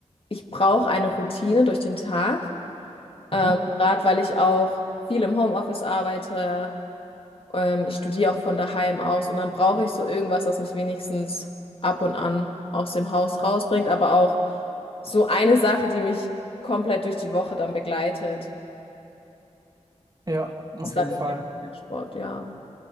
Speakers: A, on the left; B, on the right.
A: ich brauche eine Routine durch den Tag.
B: Mhm.
A: Ähm, gerade weil ich auch viel im Homeoffice arbeite. Ähm, ich studiere auch von daheim aus und dann brauche ich so irgendwas, was mich wenigstens ab und an aus dem Haus rausbringt, aber auch so eine Sache, die mich komplett durch die Woche dann begleitet,
B: Ja, auf
A: ist
B: jeden
A: dann
B: Fall.
A: in dem Fall der Sport, ja.